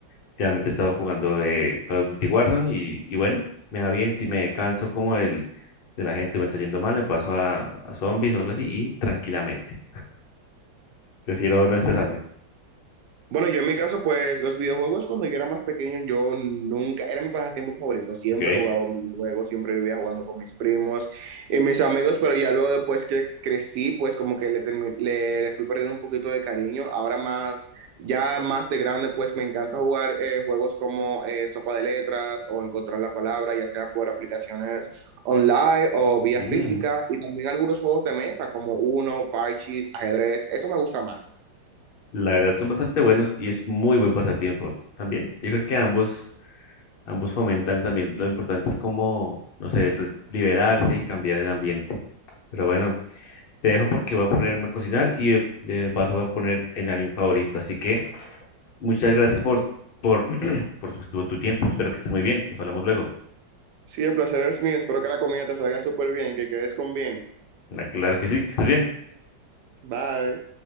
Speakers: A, on the left (about 70°); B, on the right (about 75°).
A: Últimamente he estado jugando de Call of Duty Warzone y, y bueno, me va bien. Si me canso como el de la gente me está yendo mal, me paso a, a zombies o algo así y tranquilamente. Prefiero no estresarme.
B: Bueno, yo en mi caso, pues los videojuegos cuando yo era más pequeño, yo nunca, era mi pasatiempo favorito, siempre
A: Ok.
B: jugaba un videojuego, siempre vivía jugando con mis primos y mis amigos, pero ya luego después que crecí, pues como que le, termi- le, le fui perdiendo un poquito de cariño, ahora más, ya más de grande, pues me encanta jugar eh, juegos como eh, Sopa de Letras o Encontrar la Palabra, ya sea por aplicaciones online o vía
A: Mm,
B: física y también algunos juegos de mesa como Uno, Parchís, ajedrez, eso me gusta más.
A: La verdad son bastante buenos y es muy buen pasatiempo también. Yo creo que ambos, ambos fomentan también. Lo importante es como, no sé, re- liberarse y cambiar el ambiente. Pero bueno, Te dejo porque voy a ponerme a cocinar y de de paso voy a poner el anime favorito. Así que muchas gracias por, por, <clears throat> por pues, tu, tu tiempo. Espero que estés muy bien. Nos hablamos luego.
B: Sí, el placer es mío. Espero que la comida te salga súper bien, que quedes con bien.
A: Claro que sí, que estés bien.
B: Bye.